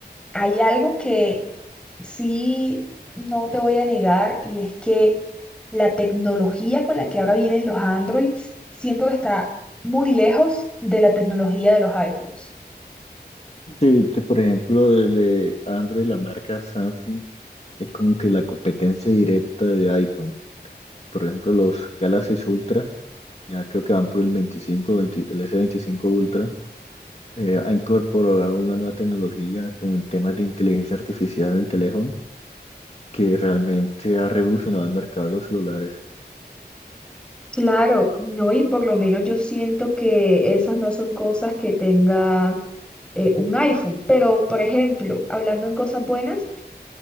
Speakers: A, in the centre; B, on the left.
A: hay algo que sí no te voy a negar y es que la tecnología con la que ahora vienen los Androids siento que está muy lejos de la tecnología de los iPhones.
B: Sí, que por ejemplo, desde Android la marca Samsung es como que la competencia directa de iPhone. Por ejemplo, los Galaxy Ultra, ya creo que van por el veinticinco veinte el s 25 Ultra, eh, ha incorporado una nueva tecnología con temas de inteligencia artificial en el teléfono que realmente ha revolucionado el mercado de los celulares.
A: Claro, no, y por lo menos yo siento que esas no son cosas que tenga eh, un iPhone, pero por ejemplo, hablando en cosas buenas.